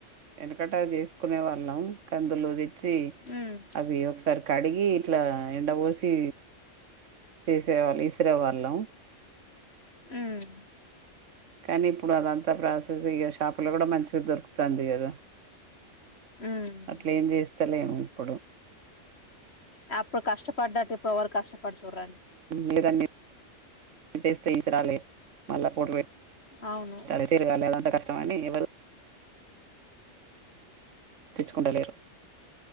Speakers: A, on the right; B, on the left.
A: వెనకట చేసుకునే వాళ్ళం కందులు దె చ్చి
B: ఉమ్
A: అవి ఒకసారి కడిగి ఇట్లా ఎండ పోసి చేసేవాళ్ళు యిసిరే వాళ్ళం.
B: మ్
A: కానీ ఇప్పుడు అదంతా ప్రాసెస్ ఇ షాపులో కూడా మంచిగా దొరుకుతుంది కదా
B: ఉమ్
A: అట్లే ఏం చేస్తలేము ఇప్పుడు
B: అప్పుడు కష్టపడ్డట్టు ఇప్పుడు ఎవరు కష్టపడుతు రండి
A: లేదన్ని తెస్తే ఇసరాలే మళ్ళ <unintelligible>
B: అవును
A: కష్ట కాని ఎవరు తెచ్చుకుంటలేరు